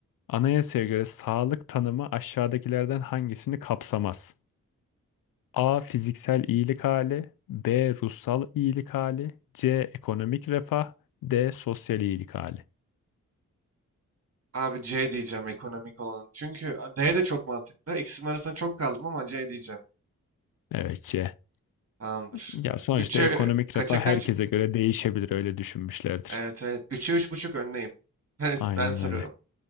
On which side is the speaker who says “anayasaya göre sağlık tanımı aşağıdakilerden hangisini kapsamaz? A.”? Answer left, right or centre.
Left